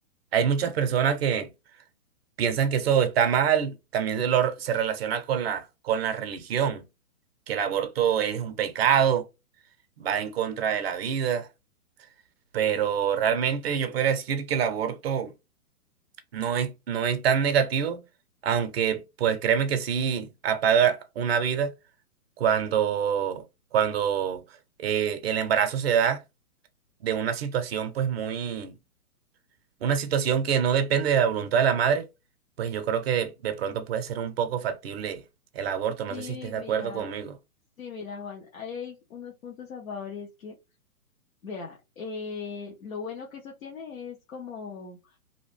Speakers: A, on the right (about 45°); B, on the left (about 60°).
A: hay muchas personas que piensan que eso está mal, también se, lo- se relaciona con la, con la religión, que el aborto es un pecado, va en contra de la vida, pero realmente yo podría decir que el aborto no es, no es tan negativo, aunque pues créeme que sí apaga una vida cuando, cuando eh, el embarazo se da de una situación pues muy, una situación que no depende de la voluntad de la madre, pues yo creo que de, de pronto puede ser un poco factible el aborto. No
B: Sí,
A: sé si estés de
B: mira,
A: acuerdo conmigo.
B: sí, mira, Juan, ahí hay unos puntos a favor y es que, vea, eh, lo bueno que eso tiene es como